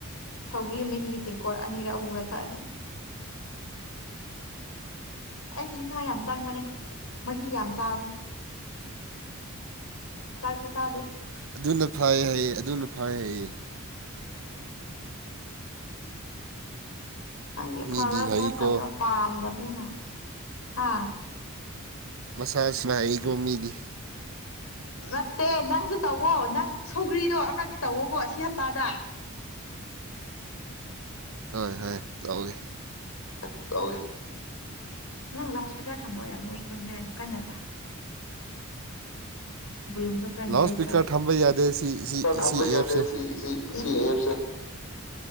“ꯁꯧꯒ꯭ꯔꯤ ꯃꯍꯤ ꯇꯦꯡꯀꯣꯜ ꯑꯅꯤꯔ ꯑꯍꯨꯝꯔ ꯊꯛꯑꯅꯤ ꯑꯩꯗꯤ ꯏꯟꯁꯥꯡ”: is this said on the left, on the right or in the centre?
Left